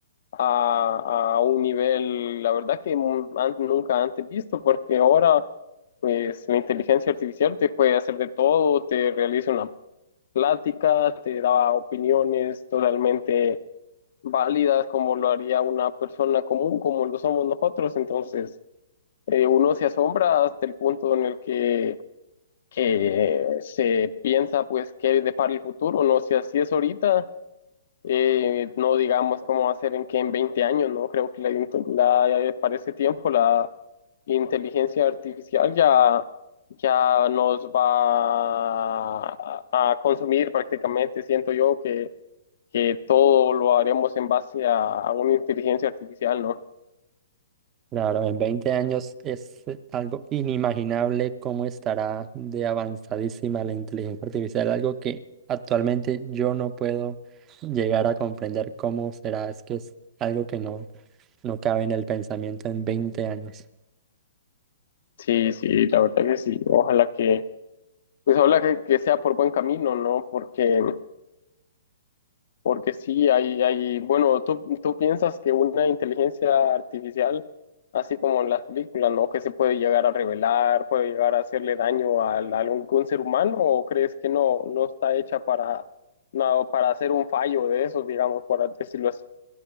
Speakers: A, on the left (about 60°); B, on the right (about 25°).
A: a, a un nivel, la verdad que mu- an- nunca antes visto, porque ahora pues la inteligencia artificial te puede hacer de todo, te realiza una plática, te da opiniones totalmente válidas como lo haría una persona común, como lo somos nosotros. Entonces, eh, uno se asombra hasta el punto en el que, que se piensa, pues, qué depara el futuro, no sé, así es ahorita eh, no digamos cómo va a ser en que en 20 años, ¿no? Creo que la, la- eh, para ese tiempo la inteligencia artificial ya, ya nos va a, a consumir prácticamente, siento yo que, que todo lo haremos en base a, a una inteligencia artificial, ¿no?
B: Claro, en veinte años es eh, algo inimaginable cómo estará de avanzadísima la inteligencia artificial, algo que actualmente yo no puedo llegar a comprender cómo será. Es que es algo que no, no cabe en el pensamiento en 20 años.
A: Sí, sí, la verdad que sí, ojalá que, pues ojalá que, que sea por buen camino, ¿no? Porque... Porque sí, hay, hay, bueno, tú, tú piensas que una inteligencia artificial, así como en las películas, ¿no? Que se puede llegar a revelar, puede llegar a hacerle daño al a algún ser humano, o crees que no, no está hecha para, no, para hacer un fallo de esos, digamos, por decirlo así.